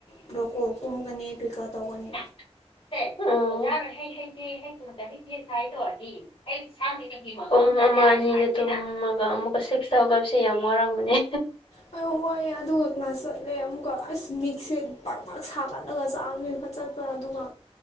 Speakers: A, on the left (about 75°); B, on the left (about 55°).
A: ꯄꯨꯣꯀꯣ ꯀꯨꯝꯒꯅꯤ ꯀ꯭ꯔꯤꯀꯥ ꯇꯧꯒꯅꯤ
B: ꯌꯥꯔꯣꯏ ꯍꯩ ꯍꯩꯇꯦ ꯍꯩ ꯇꯇ ꯍꯩꯇꯦ ꯁ ꯍꯥꯏꯗꯣ ꯑꯩ ꯁ ꯄꯨꯡ ꯑꯃ ꯑꯅꯤꯗ ꯇꯨꯝꯃꯒ ꯑꯃꯨꯛꯀ ꯁꯤꯛꯁꯇ ꯍꯧꯒꯠꯕꯁꯦ ꯌꯥꯝ ꯋꯥꯔꯕꯅꯦ
A: ꯍ ꯋꯥꯏꯑꯦ ꯑꯗꯨꯒ ꯀ꯭ꯂꯥꯁ ꯆꯠꯂꯦ ꯑꯃꯨꯛꯀ ꯑꯁ ꯃꯤꯛꯁꯦ ꯄꯥꯛ ꯄꯥꯛ ꯁꯥꯒꯠꯂꯒ ꯆꯥꯛꯅꯤꯅ ꯈ ꯆꯠ ꯑꯗꯨꯒ